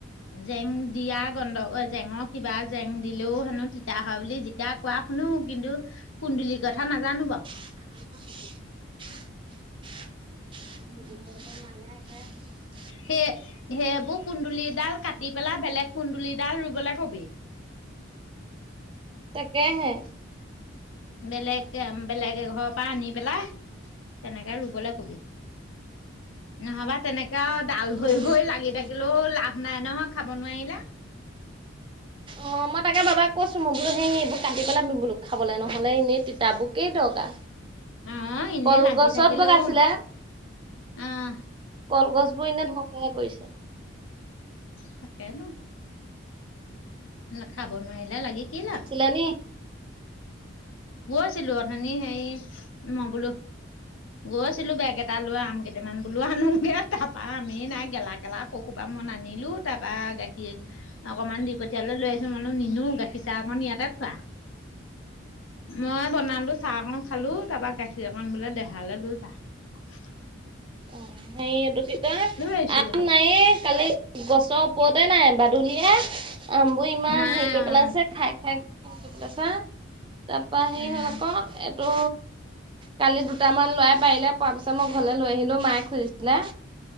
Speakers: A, on the left; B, on the right.
A: জেং দিয়া গন্ধগ জেঙৰ কিবা জেং দিলেও হেনো তিতা হয় বুলি জ এতিয়া কোৱা শুনো কিন্তু কুন্দুলিৰ কথা নাজানো বাৰু।
B: <inaudible> <inaudible>
A: সেই সেইবোৰ কুন্দুলিডাল কাটি পেলাই বেলেগ কুন্দুলিডাল ৰুবলৈ কবি।
B: তাকে হে।
A: বেলেগ, বেলেগ ঘৰৰ পৰা আনি পেলাই তেনেকে ৰুবলৈ। নহবা তেনেকে আৰু ডাল ভৰি
B: এইবোৰ
A: ভৰি
B: তিতা
A: লাগি থাকিলেও ল নাই নহয় খাব নোৱাৰিলে।
B: অ', মই তাকে বাবাক কৈছো মই বোলো সি এইবোৰ কাটি পেলাবি বোলো খাবলৈ নহ'লে এনেই তিতাবোৰ কেই দৰকাৰ।
A: আহ এনে
B: কলগছত
A: লাগি থাকিলেও
B: বগাইছিলে
A: আহ।
B: কলগছ বোৰ এনে ধৰকহে কৰিছে।
A: তাকেটো খাব নোৱাৰিলে লাগে কি লাভ।
B: <unintelligible>
A: গৈ আছিলো আঠনি সেই মই বোলো। গৈছিলো বেগ এটা লৈ আম কেইটামান বোলো আনোগে তাৰাপা আম এ নাই গেলা গেলা। ককুপা মন আনিলো তাৰ পৰাা গাখীৰ অকণমান দি তেতিয়ালৈ আহছোঁ মানহ নিনো গাখীৰাহ অকন ইয়াতে খোৱা। মই বনালো চাহ অকন খালো তাৰ পৰা গাখীৰ অকন বোলে দেহালৈ লৈ যাহ।
B: অ', সেইটো কি কৈ
A: আহিছোগে
B: আম নাই এ। কালি গছৰ ওপৰতে নাই বাদুলীয়ে। আমবোৰ ইমান
A: নাই
B: হেৰি কৰি পেলাই
A: অ
B: আছে, খাই খাই পেলাইছে। তাৰপা হে,
A: উম,
B: হ'ল আকৌ। ত' কালি দুটামান লোৱাই পাৰিলে, পোৱা পিছত মই ঘৰলৈ লৈ আহিলো, মায়ে খুজিছিলে।